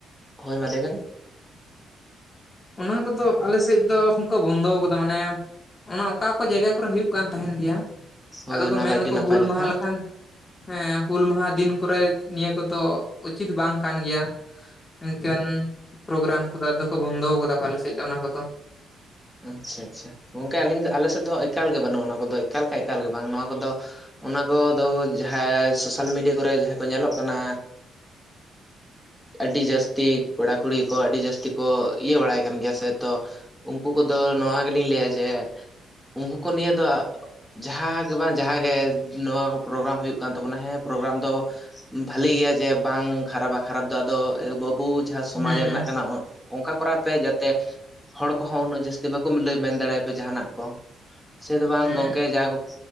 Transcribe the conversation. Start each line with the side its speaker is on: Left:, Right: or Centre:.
Centre: ᱦᱳᱭ ᱢᱟ ᱞᱟᱹᱭ ᱵᱮᱱ
Left: ᱚᱱᱟ ᱠᱚᱫᱚ ᱟᱞᱮ ᱥᱮᱫ ᱫᱚ ᱠᱚ ᱵᱚᱱᱫᱚ ᱠᱟᱫᱟ ᱢᱟᱱᱮ ᱚᱱᱟ ᱚᱠᱟ ᱚᱠᱟ ᱡᱟᱭᱜᱟ ᱠᱚᱨᱮ ᱦᱩᱭᱩᱜ ᱠᱟᱱ ᱛᱟᱦᱮᱱ ᱜᱮᱭᱟ᱾
Centre: ᱦᱳᱭ
Left: ᱟᱫᱚ
Centre: ᱚᱱᱟ
Left: ᱠᱚ ᱢᱮᱱ
Centre: ᱫᱚ ᱟᱹᱰᱤ
Left: ᱫᱟᱠᱚ
Centre: ᱱᱟᱯᱟᱭ
Left: ᱦᱩᱞ
Centre: ᱠᱟᱛᱷᱟ
Left: ᱢᱟᱦᱟ ᱞᱮᱠᱷᱟᱱ ᱦᱮᱸ ᱦᱩᱞ ᱢᱟᱦᱟ ᱫᱤᱱ ᱠᱚᱨᱮ ᱱᱤᱭᱟᱹ ᱠᱚᱫᱚ ᱩᱪᱤᱛ ᱵᱟᱝ ᱠᱟᱱ ᱜᱮᱭᱟ᱾ ᱤᱠᱟᱱ ᱯᱨᱳᱜᱽᱨᱟᱢ ᱠᱚᱫᱚ ᱟᱫᱚ ᱠᱚ ᱵᱚᱱᱫᱚ ᱟᱠᱟᱫᱟ ᱯᱟᱞᱮᱥᱮᱫ ᱫᱚ ᱚᱱᱟ ᱠᱚᱫᱚ
Centre: ᱟᱪᱷᱟ ᱟᱪᱷᱟ ᱜᱚᱝᱠᱮ ᱟᱞᱤᱧ ᱟᱞᱮ ᱥᱮᱫ ᱫᱚ ᱮᱠᱟᱞ ᱜᱮ ᱵᱟᱹᱱᱩᱜᱼᱟ ᱚᱱᱟ ᱠᱚᱫᱚ ᱮᱠᱟᱞ ᱠᱷᱟᱡ ᱮᱠᱟᱞ ᱜᱮ ᱵᱟᱝ ᱱᱚᱶᱟ ᱠᱚᱫᱚ ᱚᱱᱟ ᱠᱚᱫᱚ ᱡᱟᱦᱟᱸ ᱥᱳᱥᱟᱞ ᱢᱤᱰᱤᱭᱟ ᱠᱚᱨᱮ ᱡᱟᱦᱟᱸᱭ ᱠᱚ ᱧᱮᱞᱚᱜ ᱠᱟᱱᱟ ᱟᱹᱰᱤ ᱡᱟᱹᱥᱛᱤ ᱠᱚᱲᱟ ᱠᱩᱲᱤ ᱠᱚ ᱟᱹᱰᱤ ᱡᱟᱹᱥᱛᱤ ᱠᱚ ᱤᱭᱟᱹ ᱵᱟᱲᱟᱭ ᱠᱟᱱ ᱜᱮᱭᱟ ᱥᱮ ᱛᱚ ᱩᱱᱠᱩ ᱠᱚᱫᱚ ᱱᱚᱣᱟ ᱜᱮᱞᱤᱧ ᱞᱟᱹᱭᱟ, ᱡᱮ ᱩᱱᱠᱩ ᱠᱚ ᱱᱤᱭᱟᱹ ᱫᱚ ᱡᱟᱦᱟᱸ ᱜᱮ ᱵᱟᱝ ᱡᱟᱦᱟᱸ ᱜᱮ ᱱᱚᱣᱟ ᱠᱚ ᱯᱚᱨᱜᱨᱟᱢ ᱦᱩᱭᱩᱜ ᱠᱟᱱ ᱛᱟᱵᱚᱱᱟ ᱦᱮᱸ ᱯᱚᱨᱜᱨᱟᱢ ᱫᱚ ᱵᱷᱟᱹᱞᱤ ᱜᱮᱭᱟ ᱡᱮ ᱵᱟᱝ ᱠᱷᱟᱨᱟᱯᱟ ᱠᱷᱟᱨᱟᱯ ᱫᱚ ᱟᱫᱚ ᱵᱟᱹᱵᱩ ᱡᱟᱦᱟᱸ ᱥᱚᱢᱟᱡ
Left: ᱦᱮᱸ
Centre: ᱨᱮᱱᱟᱜ ᱠᱟᱱᱟ ᱚᱱᱠᱟ ᱠᱚᱨᱟᱣ ᱯᱮ ᱡᱮᱛᱮ ᱦᱚᱸ ᱩᱱᱟᱹᱜ ᱡᱟᱹᱥᱛᱤ ᱵᱟᱠᱚ ᱞᱟᱹᱭ ᱢᱮᱱ ᱫᱟᱲᱮᱭᱟᱜ ᱯᱮ ᱡᱟᱦᱟᱱᱟᱜ ᱠᱚ ᱥᱮ ᱫᱚ ᱵᱟᱝ
Left: ᱦᱮᱸ
Centre: ᱜᱚᱝᱠᱮ ᱡᱟ ᱠᱚ